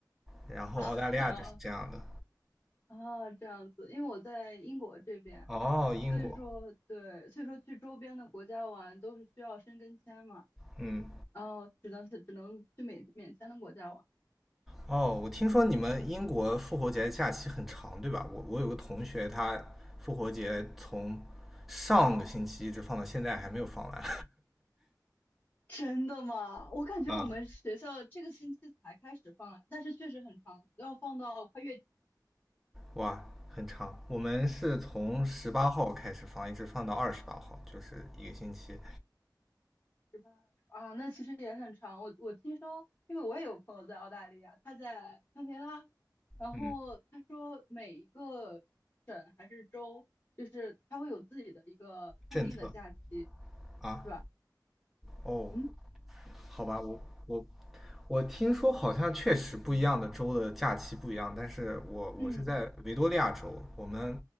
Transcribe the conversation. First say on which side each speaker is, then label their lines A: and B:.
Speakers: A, in the centre; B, on the left (about 25°).
A: 然后澳大利亚就是这样的。
B: <laughs> 啊啊，这样子。因为我在英国这边，
A: 哦，英国，
B: 所以说对，所以说去周边的国家玩都是需要申根签嘛。
A: 嗯。
B: 然后只能是只能去免免签的国家玩。
A: 哦，我听说你们英国复活节假期很长，对吧？我我有个同学，他复活节从上个星期一直放到现在，还没有放完。
B: 真的吗？我感觉我们学校这个星期才开始放，
A: <laughs> 啊，
B: 但是确实很长，要放到快月底。
A: 哇，很长。我们是从十八号开始放，一直放到二十八号，就是一个星期。
B: 十八啊，那其实也很长。我我听说，因为我也有朋友在澳大利亚，他在堪培拉，然后他说每一个省还是州，
A: 嗯，
B: 就是他会有自己的一个固定的假期，
A: 政策啊，
B: 是吧？
A: 哦，
B: 嗯
A: 好吧，我我我听说好像确实不一样的州的假期不一样，
B: 嗯
A: 但是我我是在维多利亚州，
B: 嗯
A: 我们